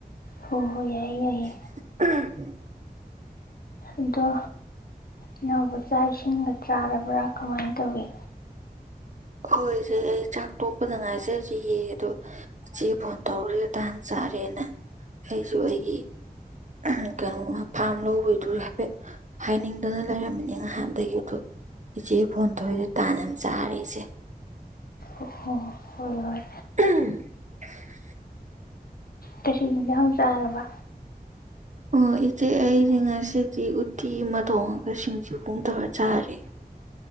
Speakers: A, on the left (about 70°); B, on the right (about 50°).
A: ꯍꯣ ꯍꯣꯏ ꯌꯥꯏꯌꯦ ꯌꯥꯏꯌꯦ
B: <unintelligible>
A: ꯑꯗꯣ ꯏꯅꯥꯎꯕꯨ ꯆꯥꯛ ꯏꯁꯤꯡꯒ ꯆꯥꯔꯕ꯭ꯔꯥ ꯀꯃꯥꯏꯅ ꯇꯧꯏ
B: ꯍꯣꯏ ꯏꯆꯦ ꯑꯩ ꯆꯥꯛ ꯇꯣꯛꯄꯗ ꯉꯥꯏꯖꯔꯤꯌꯦ ꯑꯗꯣ ꯏꯆꯦ ꯐꯣꯟ ꯇꯧꯔꯦ ꯇꯥꯥꯟ ꯆꯥꯔꯦꯅ ꯑꯩꯁꯨ ꯑꯩꯒꯤ <unintelligible> ꯀꯩꯅꯣꯃꯥ ꯐꯥꯝ ꯂꯧꯕꯩꯗꯨ ꯍꯥꯏꯐꯦꯠ ꯍꯥꯏꯅꯤꯡꯗꯅ ꯂꯩꯔꯝꯃꯤꯅꯦ ꯉꯍꯥꯟꯗꯒꯤ ꯑꯗꯨ ꯏꯆꯦ ꯐꯣꯟ ꯇꯧꯋꯤꯗ‌ꯣ ꯇꯥꯟ ꯌꯥꯝ ꯆꯥꯔꯦ ꯏꯆꯦ
A: ꯑꯣ ꯍꯣꯏ ꯍꯣꯏ
B: <unintelligible>
A: ꯀꯩꯁꯨ ꯍꯤꯟꯖꯥꯡ ꯆꯥꯔꯕ
B: ꯑꯣ ꯏꯆꯦ ꯑꯩꯗꯤ ꯉꯁꯤꯗꯤ ꯎꯠꯇꯤ ꯑꯃ ꯊꯣꯡꯉꯒ ꯁꯤꯡꯖꯨ ꯄꯨꯡ ꯇꯧꯔ ꯆꯥꯔꯦ